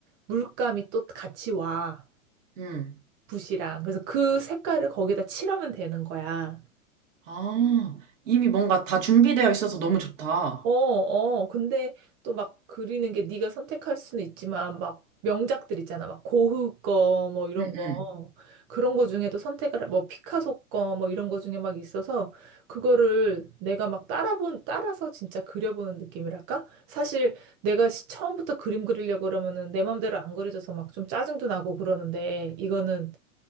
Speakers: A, on the right (about 30°); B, on the right (about 60°).
A: 물감이 또 같이 와.
B: 응.
A: 붓이랑. 그래서 그 색깔을 거기다 칠하면 되는 거야.
B: 아, 이미 뭔가 다 준비되어 있어서 너무 좋다.
A: 어, 어. 근데 또 막 그리는 게 네가 선택할 수는 있지만 막 명작들 있잖아. 막 고흐 거 뭐 이런
B: 응,
A: 거.
B: 응.
A: 그런 거 중에도 선택을 뭐 피카소 거 뭐 이런 거 중에 막 있어서 그거를 내가 막 따라본 따라서 진짜 그려보는 느낌이랄까? 사실 내가 시- 처음부터 그림 그리려고 그러면은 내 맘대로 안 그려져서 막 좀 짜증도 나고 그러는데 이거는